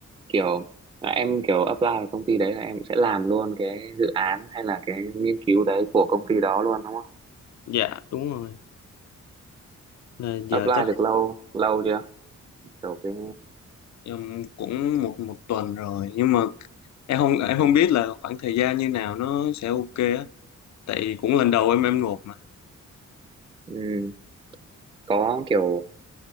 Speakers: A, on the right; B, on the left.
A: kiểu là em kiểu apply vào công ty đấy là em sẽ làm luôn cái dự án hay là cái nghiên cứu đấy của công ty đó luôn đúng không?
B: dạ đúng rồi là giờ
A: apply
B: chắc
A: được lâu lâu chưa kiểu cái
B: em cũng một một tuần rồi nhưng mà em không em không biết là khoảng thời gian như nào nó sẽ ok á tại cũng lần đầu em em nộp mà
A: ừm, có kiểu